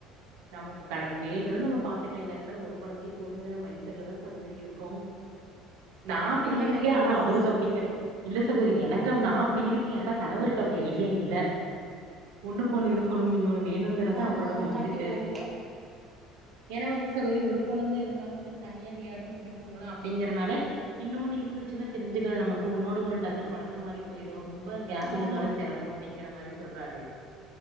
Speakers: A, on the right (about 85°); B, on the right (about 25°).
A: நமக்கு கன வேணுனா நம்ம பாத்துக்லா இல்லாட்னா ஒரு கொழந்தையே போதுங்குற மைன்ட்செட்ல தா சகோதரி இருக்கோ நா
B: அப்டியெல்லா
A: அப்படி இருக்கே
B: நெனைக்க
A: ஆனா
B: கூடாது
A: அவருக்கு அப்டி கெடை இல்ல சகோதரி எனக்கு நா அப்பிடி இருக்கே ஆனா கணவருக்கு அப்பிடி ஐடியா இல்ல ஒன்னுக்கொன்னு இருக்கணு
B: ஆ ஆ.
A: இன்னொன்னு வேணுங்கிறதா
B: ஆமா
A: அவரோட
B: ஆமா
A: மைண்ட்
B: கண்டிப்பா
A: செட்டு
B: கண்டிப்பா
A: ஏனா வந்து சகோதரி ஒரு கொழந்த இருந்தாலு வந்து தனியா வெளையாடு புடிக்குங்களா அப்டிங்கிறனால இன்னொன்னு இருந்துச்சுனா தெரிஞ்சுக்காது நமக்கு ஒன்னோட ஒன்னு டக்குனு வளத்த மாரி போயி ரு ரொம்ப கேப் விழுந்தாலு
B: ஆமா
A: செரமொ அப்டிங்கிற மாரி சொல்றா ரு